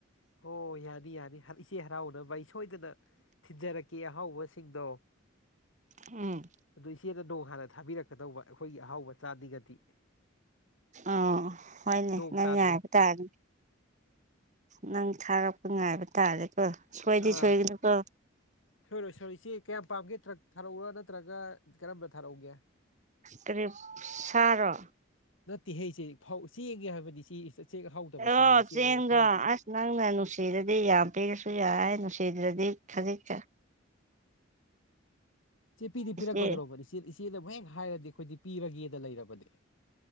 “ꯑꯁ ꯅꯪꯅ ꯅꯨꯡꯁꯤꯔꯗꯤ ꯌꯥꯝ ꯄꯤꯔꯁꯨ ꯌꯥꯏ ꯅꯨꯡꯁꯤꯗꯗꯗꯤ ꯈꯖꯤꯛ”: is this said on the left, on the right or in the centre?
Right